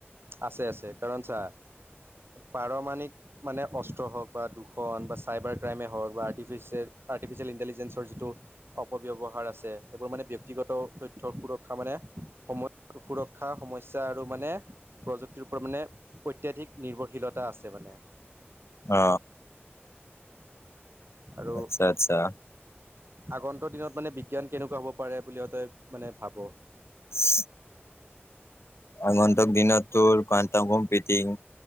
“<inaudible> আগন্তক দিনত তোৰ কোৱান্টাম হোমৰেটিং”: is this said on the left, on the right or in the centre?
Left